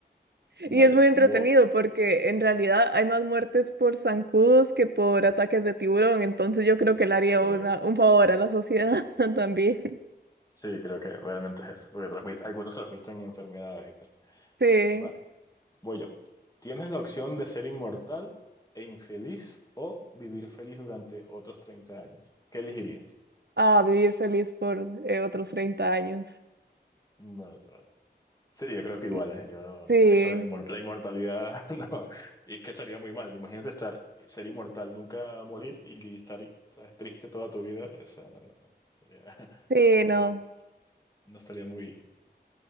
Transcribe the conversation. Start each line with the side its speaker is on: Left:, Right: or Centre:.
Right: Y
Left: vale.
Right: es muy entretenido
Left: Bo-
Right: porque en realidad hay más muertes por zancudos que por ataques de tiburón, entonces yo creo que le
Left: sí,
Right: haría una- un favor a la sociedad <laughs> también.
Left: sí, creo que realmente es eso, porque transmi- algunos transmiten enfermedades y tal.
Right: Sí,
Left: Vale. Voy yo. Tienes la opción de ser inmortal e infeliz o vivir feliz durante otros 30 años. ¿Qué elegirías?
Right: a vivir feliz por eh, otros treinta años.
Left: Vale, vale. Sí, yo creo que igual,
Right: Y-
Left: ¿eh? Yo,
Right: Sí,
Left: eso, de inmor- la inmortalidad, <laughs> no, y es que estaría muy mal. Imagínate estar, ser inmortal, nunca morir y estar, ¿sabes? triste toda tu vida. O sea, no, no, no. sería <laughs>
Right: sí,
Left: poco,
Right: no.
Left: no estaría muy,